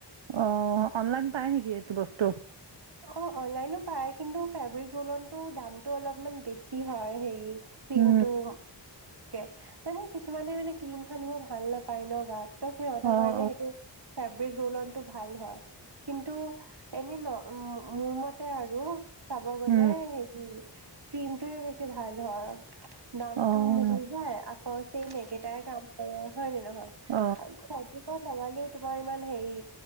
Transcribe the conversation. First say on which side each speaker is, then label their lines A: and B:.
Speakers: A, on the right; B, on the right.
A: অহ ', অনলাইন পায় নেকি এইটো বস্তু।
B: অহ ', অনলাইনো পায় কিন্তু ফেব্ৰিক ৰোলতটো দামতটো অলপমান বেছি হয় হে ক্ৰিমটো।
A: অঁ
B: কে কিছুমানে মানে ক্ৰীম সানিব ভাল নাপায় ন গাত। সিহতৰ
A: অঁ
B: কাৰণে সেইটো ফেব্ৰিক ৰোল অন টো ভাল হয় কিন্তু এনেই ন উম, মোৰ মতে আৰু চাব গলে
A: অঁ
B: হেৰি ক্ৰীমটো বেছি ভাল হয়। দামতটো
A: অঁ
B: মিলি যায় আকৌ চেইমেকেটাই কাম কৰে হয় ন নহয়
A: অঁ
B: চজিকত লগালেও তোমাৰ ইমান হেৰি